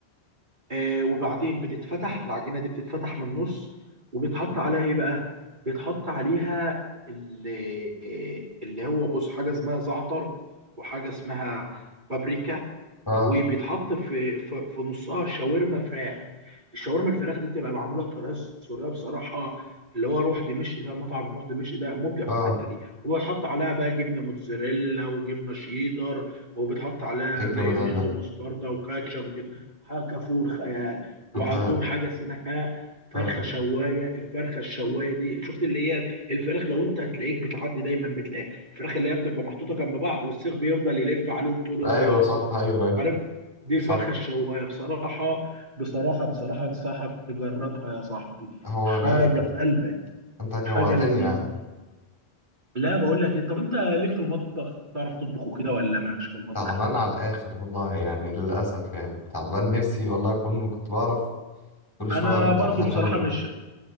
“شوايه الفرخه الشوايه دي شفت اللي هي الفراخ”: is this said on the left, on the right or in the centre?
Right